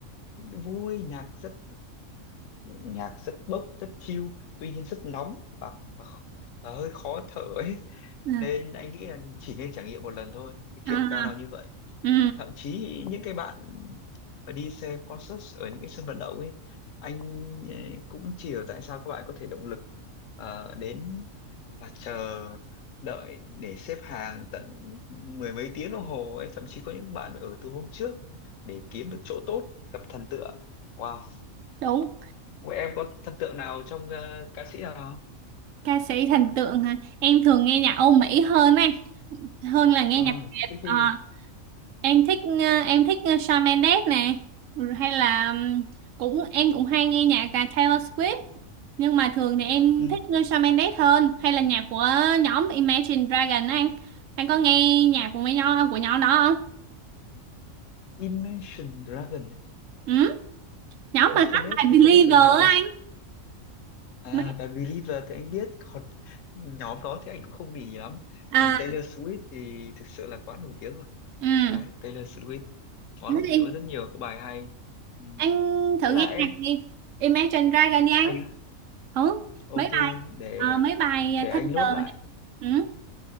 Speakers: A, on the left (about 70°); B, on the right (about 75°).
A: vui, nhạc rất nhạc rất bốc, rất chill. Tuy nhiên rất nóng và, và, và hơi khó thở ấy.
B: à,
A: Nên anh nghĩ là chỉ nên trải nghiệm một lần thôi. Cái kiểu
B: à,
A: cao nào như vậy.
B: ừ,
A: thậm chí những cái bạn mà đi xem concert ở những cái sân vận động ấy anh ấy cũng chỉ hiểu tại sao các bạn có thể động lực ờ, đến và chờ đợi để xếp hàng tận mười mấy tiếng đồng hồ ấy thậm chí có những bạn ở từ hôm trước để kiếm được chỗ tốt gặp thần tượng wow
B: đúng
A: vậy em có thần tượng nào trong ờ, ca sĩ nào không?
B: ca sĩ thần tượng hả em thường nghe nhạc Âu Mỹ hơn anh hơn là nghe
A: Ờ,
B: nhạc Việt
A: thế
B: Ờ,
A: thì
B: em thích ờ, em thích ờ, Shawn Mendes nè Ừ, hay là ừm, cũng em cũng hay nghe nhạc cả Taylor Swift nhưng mà thường thì em
A: ừ,
B: thích nghe Shawn Mendes hơn hay là nhạc của nhóm Imagine Dragon á anh anh có nghe nhạc của mấy nhóm của nhóm đó không
A: Imagine Dragon ấy.
B: ừ? nhóm
A: anh
B: mà
A: không
B: hát
A: biết
B: bài
A: anh
B: Believer
A: không biết mấy nhóm đó
B: á anh
A: À,
B: Mấy-
A: và Believer thì anh biết, còn nhóm đó thì anh cũng không để ý lắm.
B: à
A: Còn Taylor Swift thì thực sự là quá nổi tiếng rồi.
B: ừ
A: Đấy, Taylor Swift quá
B: Thế
A: nổi
B: thì
A: tiếng có rất nhiều các bài hay. Ừ.
B: anh thử
A: Thế
B: nghe
A: là em,
B: nhạc đi Imagine Dragon đi anh
A: anh á,
B: ừ
A: ok,
B: mấy bài
A: để
B: ờ, mấy bài
A: để
B: Thunder
A: anh nốt lại
B: này. ừ